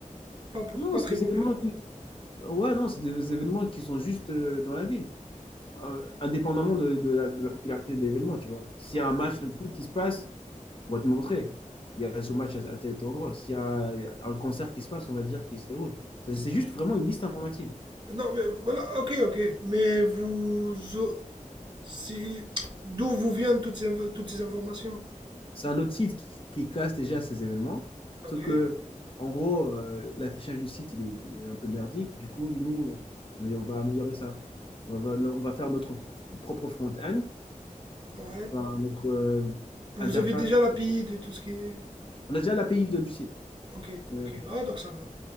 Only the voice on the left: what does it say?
Non,
c'est
des
événements qui...
ouais, non, c'est des événements qui sont juste euh, dans la ville, Euh, indépendamment de, de la, de la popularité de l'événement, tu vois. S'il y a
un match de foot qui se passe, On va te montrer. Il y a ce match à, à tel tel endroit. S'il y a un concert qui se passe, on va dire qu'il se déroule. C'est c'est juste vraiment une liste informative.
C'est un autre site qui, qui classe déjà ces événements.
Sauf que, en gros, euh, l'affichage du site, il est, il est un peu merdique. Du coup, nous, on est- on va améliorer ça. On va, on va faire notre pro- propre front-end,
enfin, notre euh,
interface.
On a déjà l'API de- du site.
Euh,